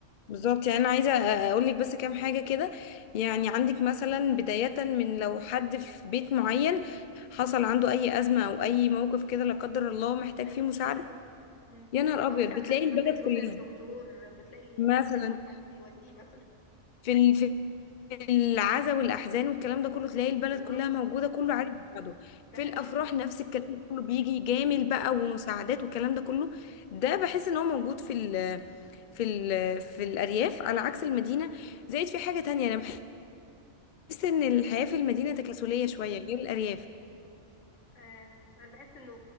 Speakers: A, on the left; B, on the left.
A: بالظبط يعني انا عايزه اقول لك بس كام حاجه كده يعني عندك مثلا بدايه من لو حد في بيت معين حصل عنده اي ازمه او اي موقف كده لا قدر الله محتاج
B: اي
A: فيه مساعده
B: مشكله او مم.
A: يا نهار ابيض
B: او مثلا
A: بتلاقي
B: حد محتاج
A: البلد
B: يروح
A: كلها
B: للدكتور بتلاقي
A: مثلا
B: مئة الف حد يوديه مثلا
A: في ال- في العزا والاحزان والكلام ده كله تلاقي البلد
B: بالظبط
A: كلها موجوده كله عارف بعضه
B: ده
A: في
B: حقيقي
A: الافراح نفس الكلام ده كله بيجي جامل بقى ومساعدات والكلام ده كله ده بحس ان هو موجود في ال في ال في الارياف على عكس المدينه زائد في حاجه تانية انا بحس ان الحياه
B: تحس
A: في المدينه تكاسليه شويه غير الارياف
B: آه انا بحس انه